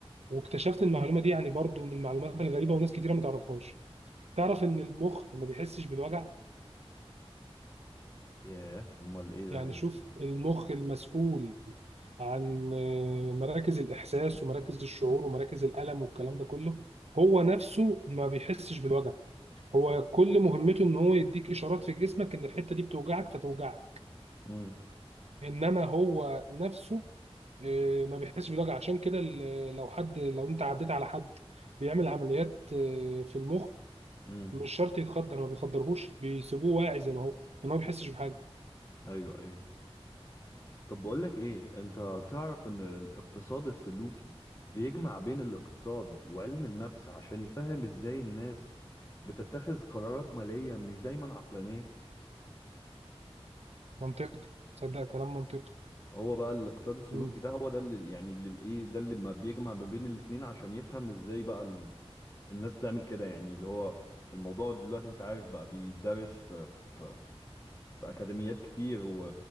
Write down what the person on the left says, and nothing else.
ياه امال ايه
ده اللي...
امم
امم
ايوه ايوه طب بقول لك ايه انت تعرف ان الاقتصاد السلوكي بيجمع بين الاقتصاد وعلم النفس عشان يفهم ازاي الناس بتتخذ قرارات مالية مش دايما عقلانية
هو بقى الاقتصاد السلوكي
ده هو ده اللي يعني اللي ايه ده اللي ما بيجمع ما بين الاتنين عشان يفهم ازاي بقى ال... الناس بتعمل كده يعني اللي هو الموضوع دلوقتي انت عارف بقى بيدرس في في في اكاديميات كتير و...